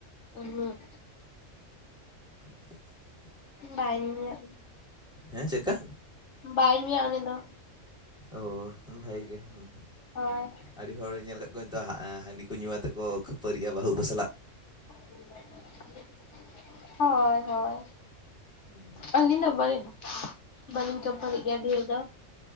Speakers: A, on the left; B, in the centre.
A: ᱩᱸ ᱦᱩᱜ
B: <inaudible>
A: ᱵᱟᱭ ᱧᱩᱭᱟ
B: ᱦᱮᱸ ᱪᱮᱫᱠᱟ
A: ᱵᱟᱭ ᱧᱩᱭᱟ ᱩᱱᱤ ᱫᱚ᱾
B: ᱚ ᱵᱷᱟᱜᱮ ᱜᱮ᱾
A: ᱦᱳᱭ
B: ᱟᱹᱰᱤ ᱦᱚᱲ ᱧᱮᱞ ᱠᱟᱜ ᱠᱩᱭᱤᱧ ᱛᱚ ᱦᱟᱺᱰᱤ ᱠᱚ ᱧᱩ ᱠᱟᱛᱮ ᱠᱚ ᱠᱷᱟᱹᱯᱟᱹᱨᱤᱜ-ᱟ ᱵᱟᱹᱦᱩ ᱠᱚ ᱥᱟᱞᱟᱜ᱾
A: <inaudible> ᱦᱳᱭ ᱦᱳᱭ
B: ᱦᱩᱸ
A: ᱟᱞᱤᱧ ᱫᱚ ᱵᱟᱹᱞᱤᱝ ᱵᱟᱹᱞᱤᱧ ᱠᱷᱟᱯᱟᱹᱨᱤᱜ ᱜᱮᱭᱟ ᱰᱷᱮᱨ ᱫᱚ᱾